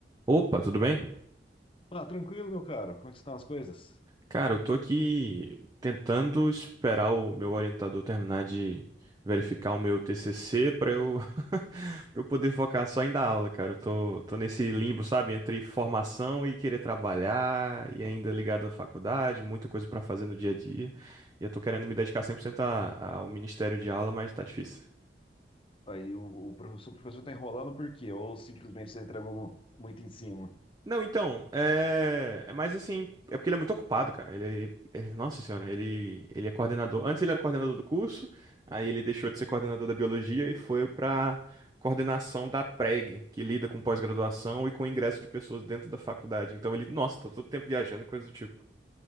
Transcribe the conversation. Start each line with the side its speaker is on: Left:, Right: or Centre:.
Right: Opa, tudo bem?
Left: Ah, tranquilo, meu caro. Como é que estão as coisas?
Right: Cara, eu tô aqui tentando esperar o meu orientador terminar de verificar o meu TCC pra eu <laughs> para eu poder focar só em dar aula, cara. Eu tô, tô nesse limbo, sabe, entre formação e querer trabalhar e ainda ligado à faculdade, muita coisa pra fazer no dia a dia. E eu tô querendo me dedicar 100% a- ao ministério de aula, mas tá difícil.
Left: Aí o, o professor, o professor tá enrolando por quê? Ou simplesmente você entregou mu- muito em cima?
Right: Não, então, é, é mais assim, é porque ele é muito ocupado, cara. Ele, ele- nossa senhora, ele, ele é coordenador. Antes ele era coordenador do curso, aí ele deixou de ser coordenador da biologia e foi pra coordenação da PREG, que lida com pós-graduação e com ingresso de pessoas dentro da faculdade. Então ele, nossa, tá todo tempo viajando e coisa do tipo.